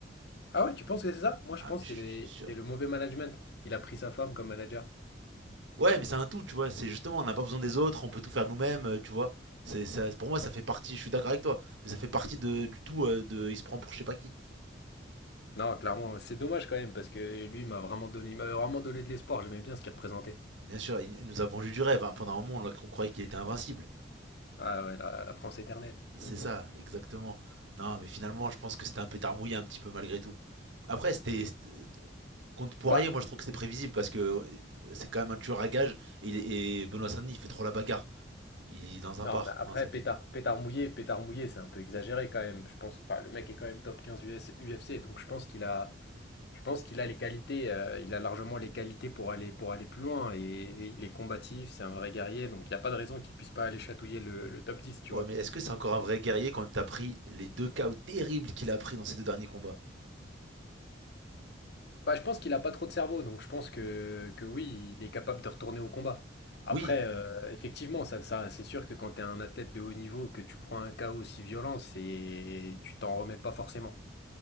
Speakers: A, on the left (about 60°); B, on the right (about 85°).
A: Ah ouais, tu penses que c'est ça? Moi, je
B: Ah,
A: pense
B: mais je
A: que c'est les-
B: suis
A: c'est le mauvais management. Il a pris sa femme comme manager.
B: Ouais, mais c'est un tout, tu vois. C'est justement, on n'a pas besoin des autres, on peut tout faire nous-mêmes, euh, tu vois. C'est ça, pour moi, ça fait partie. Je suis d'accord avec toi, mais ça fait partie de, du tout. euh, de, il se prend pour je sais pas qui.
A: Non, clairement, c'est dommage quand même, parce que lui, il m'a vraiment donné, il m'a vraiment donné de l'espoir, j'aimais bien ce qu'il représentait.
B: Bien sûr, il, il nous a vendu du rêve. hein. Pendant un moment, on, l'a- on croyait qu'il était invincible.
A: Ah ouais, la, la France éternelle.
B: C'est ça, exactement. Non, mais finalement, je pense que c'était un pétard mouillé un petit peu malgré tout. Après, c'était c'était- contre Poirier,
A: Bah,
B: moi, je trouve que c'était prévisible parce que euh, c'est quand même un tueur à gages. et, il est- et Benoît Saint-Denis, il fait trop la bagarre. Il est dans un
A: non,
B: bar
A: mais après,
B: dans sa tête.
A: pétard, pétard mouillé, pétard mouillé, c'est un peu exagéré quand même. Je pense, enfin, le mec est quand même top 15 US, UFC, donc je pense qu'il a... Je pense qu'il a les qualités, euh, il a largement les qualités pour aller, pour aller plus loin. Et, et il est combatif, c'est un vrai guerrier, donc il n'y a pas de raison qu'il puisse pas aller chatouiller le, le top dix, tu
B: Ouais,
A: vois.
B: mais est-ce que c'est encore un vrai guerrier quand t'as pris les deux KO terribles qu'il a pris dans ces deux derniers combats?
A: Bah, je pense qu'il a pas trop de cerveau, donc je pense que, que oui, il est capable de retourner au combat. Après,
B: Oui,
A: euh, effectivement, ça, ça, c'est sûr que quand tu es un athlète de haut niveau, que tu prends un KO aussi violent, c'est, tu t'en remets pas forcément.